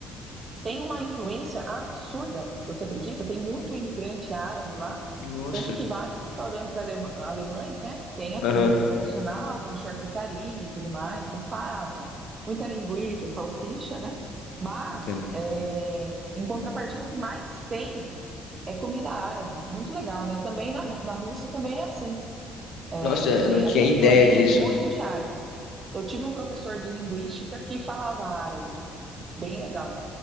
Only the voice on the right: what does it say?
tem uma influência absurda. Você acredita? Tem muito imigrante árabe lá,
tanto que vários restaurantes alema- alemães, né, têm a
comida tradicional, com charcutaria e tudo mais, batata, muita linguiça, salsicha, né? Mas,
é, em contrapartida, o que mais tem é comida árabe. Muito legal, né? Também na, Ru- na Rússia também é assim.
É,
Tem
essa
influência
de muito de árabe. Eu tive um professor de linguística que falava árabe. Bem legal.